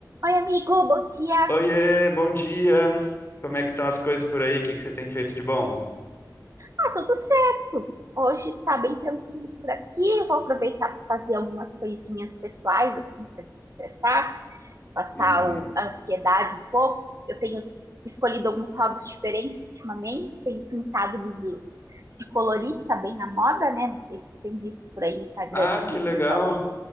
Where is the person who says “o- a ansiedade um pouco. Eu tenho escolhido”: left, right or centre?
Right